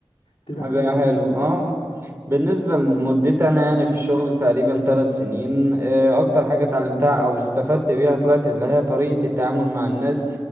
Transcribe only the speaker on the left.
تبيعها
له
يعني